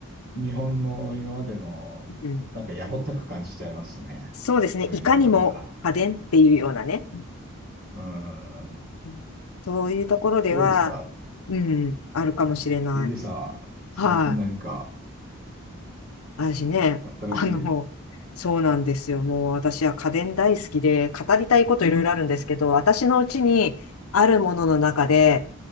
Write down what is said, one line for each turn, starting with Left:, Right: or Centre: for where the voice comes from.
Right: 日本の今までの、
Left: うん。
Right: なんかやぼったく感じちゃいますね。
Left: そうですね。
Right: それに比べたら。
Left: いかにも家電っていうようなね。
Right: うん。
Left: うんそういうところでは、
Right: どうですか
Left: うん、あるかもしれない。
Right: ?TJ さん最近何か
Left: はい。私ね、
Right: 新しい、
Left: <laughs> あの、そうなんですよ。もう私は家電大好きで、語りたいこといろいろあるんですけど、私のうちにあるものの中で、